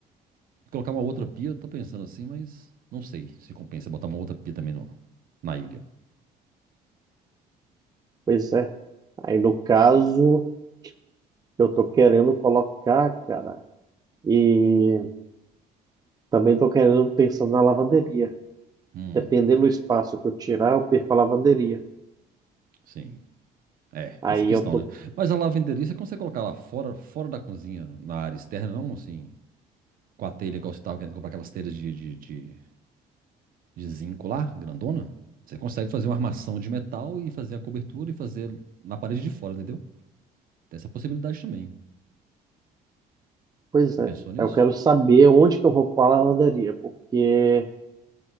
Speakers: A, on the right; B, on the right.
A: Colocar uma outra pia, eu tô pensando assim, mas não sei se compensa botar uma outra pia também no, na ilha.
B: pois é. Aí no caso, eu tô querendo colocar, cara, e também tô querendo pensando na lavanderia.
A: Hum,
B: Dependendo do espaço que eu tirar, eu perco a lavanderia.
A: sim. É, tem
B: Aí
A: essa questão,
B: eu tô,
A: né? Mas a lavanderia, você consegue colocar lá fora, fora da cozinha, na área externa, não assim, com a telha que você tava querendo comprar aquelas telhas de, de, de, de zinco lá, grandona? Você consegue fazer uma armação de metal e fazer a cobertura e fazer na parede de fora, entendeu? Tem essa possibilidade também.
B: pois
A: Você já
B: é.
A: pensou nisso?
B: Eu quero saber onde que eu vou pôr a lavanderia, porque